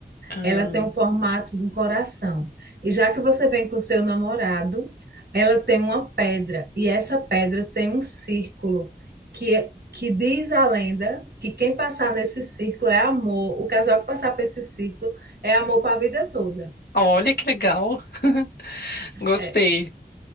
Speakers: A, on the left; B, on the right.
A: Ah,
B: Ela tem um formato de um coração. E já que você vem com o seu namorado, ela tem uma pedra. E essa pedra tem um círculo que, é, que diz a lenda que quem passar nesse círculo é amor. O casal que passar por esse círculo é amor para a vida toda.
A: olha que legal. <laughs> Gostei.
B: É,